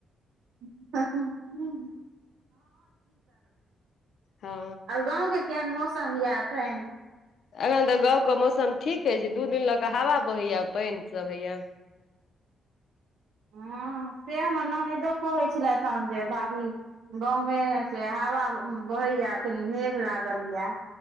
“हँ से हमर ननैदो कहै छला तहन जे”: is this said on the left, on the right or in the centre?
Right